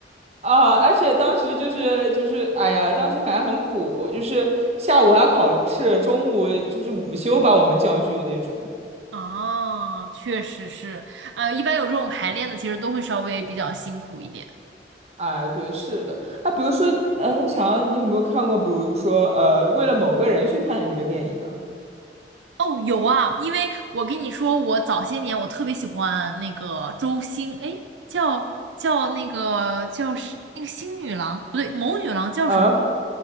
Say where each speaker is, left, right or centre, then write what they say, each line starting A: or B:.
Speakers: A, on the right; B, on the right.
A: 啊，而且当时就是就是，哎呀，当时感觉很苦，就是下午还要考试，中午就是午休把我们叫去的那种。
B: 啊，确实是，呃，一般有这种排练的，其实都会稍微比较辛苦一点。
A: 哎，对，是的。啊，比如说，嗯，我想要你有没有看过，比如说，呃，为了某个人去看的这个电影呢？
B: 哦，有啊，因为我跟你说，我早些年我特别喜欢那个周星，哎，叫叫那个叫是那个星女郎，不对，谋女郎叫什么？
A: 啊，